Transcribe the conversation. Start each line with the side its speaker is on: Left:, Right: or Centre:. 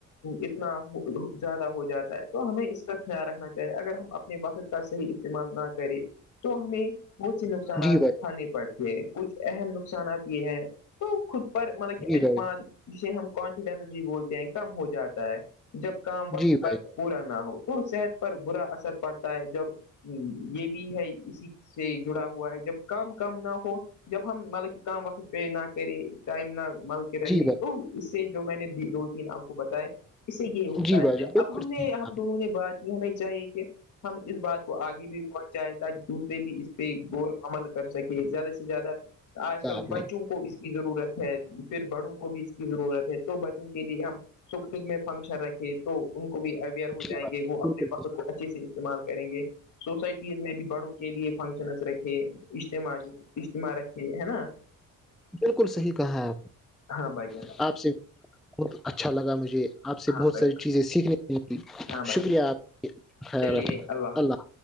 Left: اتنا زیادہ ہو جاتا ہے تو ہمیں اس کا خیال رکھنا چاہیے اگر ہم اپنے وقت کا صحیح استعمال نہ کریں تو ہمیں بہت سے نقصانات
Centre: جی
Left: ا
Centre: بھائی
Left: کھے پڑتے ہیں کچھ اہم نقصانات یہ ہیں تو خود پر مطلب کہ
Centre: جی
Left: اعتماد
Centre: بھائی
Left: جے ہم کانفیڈینس بھی بولتے ہیں کم ہو جاتا ہے جب کام وقت
Centre: جی بھائی
Left: پر پورا نہ ہو تو صحت پر برا اثر پڑتا ہے جب ہ یہ بھی ہے اسی سے جڑا ہوا ہے جب کام کام نہ ہو جب ہم مطلب کہ کام وقت پیش نہ کریں ٹائم نہ مطلب رکھے
Centre: جی بھائی
Left: تو اس سے جو میں نے دو تین آپ کو بتائے اس سے یہ ہوتا
Centre: جی بھائی جان بالکل
Left: اب ہم
Centre: صحیح
Left: نے
Centre: کہا
Left: ہم دونوں نے بات کی ہمیں چاہی کہ ہم اس بات آگے بھی پہنچ چاہائے تھا دوسرے بھی اس پہ غور عمل کر سکے زیادہ سے زیادہ آج کل
Centre: آپ نے۔
Left: بچوں کو کی ضرورت ہے پھر بڑوں کو بھی اس کی ضرورت ہے تو بچوں کے لیے ہم سکول میں فنکشن رکھے تو ان کو بھی اویئر ہو
Centre: جی
Left: جائیں
Centre: بھائی
Left: گے وہ اپنے
Centre: جان، بالکل صحیح کہا آپ نے جی بات بالکل
Left: وقت کو اچھے سے استعمال کریں گے سوسائٹیز میں بھی بڑوں کے لیے فنکشنس رکھے اجتماع اجتماع رکھے ہے نا
Centre: بالکل صحیح کہا ہے آپ
Left: ہاں بھائی جان
Centre: آپ سے بہت اچھا لگا مجھے آپ سے
Left: ہاں
Centre: بہت
Left: بھائی
Centre: ساری
Left: جان
Centre: چیزیں سیکھنے
Left: ہاں بھائی
Centre: شکریہ آپ خ
Left: چلیے
Centre: رحم
Left: حافظ
Centre: اللہ